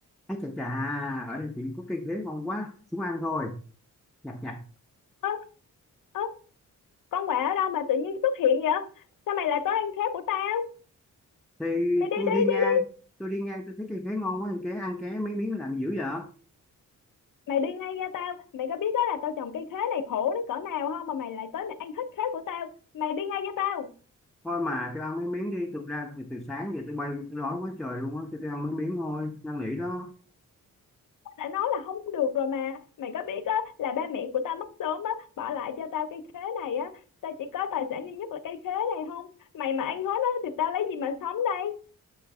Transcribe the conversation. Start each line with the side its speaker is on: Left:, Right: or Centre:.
Centre: Ăn chà chà, ở đây chỉ có cây khế ngon quá, xuống ăn thôi, nhặt nhặt.
Left: ơ ơ con quạ ở đâu mà tự nhiên xuất hiện vậy sao mày lại tới ăn khế của tao
Centre: Thì
Left: mày đi
Centre: tôi
Left: đi
Centre: đi ngang,
Left: đi đi
Centre: tôi đi ngang tôi thấy cây khế ngon quá, thì ké ăn ké mấy miếng làm gì dữ vậy?
Left: mày đi ngay ra tao mày có biết đó là tao trồng cây khế này khổ đến cỡ nào không mà mày lại tới mày ăn hết khế của tao mày đi ngay ra tao
Centre: Thôi mà tôi ăn mấy miếng đi, thực ra thì từ sáng giờ tôi bay tôi đói quá trời luôn á, tôi, tôi ăn mấy miếng thôi, năn nỉ đó.
Left: Tao đã nói là không được rồi mà mày có biết á là ba mẹ của tao mất sớm á bỏ lại cho tao cây khế này á tao chỉ có tài sản duy nhất là cây khế này không mày mà ăn hết á thì tao lấy gì mà sống đây